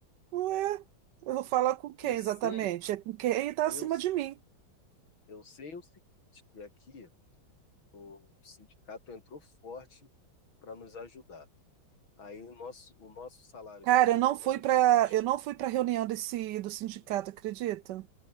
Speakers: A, on the right (about 70°); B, on the left (about 85°).
A: Ué, eu vou falar com quem
B: Eu
A: exatamente?
B: sei,
A: É com quem tá
B: eu,
A: acima de mim.
B: eu sei o seguinte, que aqui o sindicato entrou forte para nos ajudar. Aí o nosso, o nosso salário
A: Cara,
B: já teve
A: eu não
B: um
A: fui
B: reajuste,
A: para eu não fui para reunião desse do sindicato, acredita?